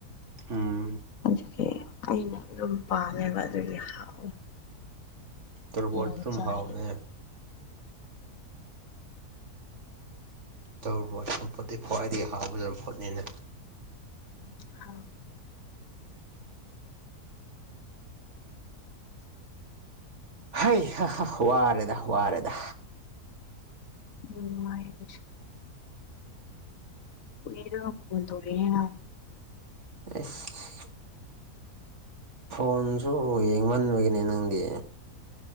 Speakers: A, on the right; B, on the left.
A: ꯎꯝ
B: ꯑꯗꯨꯒꯤ ꯑꯩꯅ ꯑꯗꯨꯝ ꯄꯥꯝꯃꯦꯕ ꯑꯗꯨ ꯌꯥꯝ ꯍꯥꯎꯋꯦ
A: ꯇꯣꯕꯣꯜꯇꯨꯝ
B: ꯌꯥꯝ ꯆꯥꯏꯌꯦ
A: ꯍꯥꯎꯑꯦ ꯇꯧꯔꯕꯣꯠ ꯆꯝꯐꯨꯠꯇꯤ ꯈ꯭ꯋꯥꯏꯗꯒꯤ ꯍꯥꯎꯕ ꯆꯝꯐꯨꯠꯅꯤꯅ
B: <unintelligible>
A: ꯍꯩ ꯍꯥ ꯍꯥ ꯋꯥꯔꯦꯗ ꯋꯥꯔꯦꯗ
B: <unintelligible> ꯑꯣꯏꯔꯒ ꯄꯨꯒꯟꯣꯂꯦꯅ
A: ꯑꯦꯁ ꯐꯣꯟꯁꯨ ꯌꯦꯡꯃꯟꯕꯒꯤꯅꯦ ꯅꯪꯗꯤ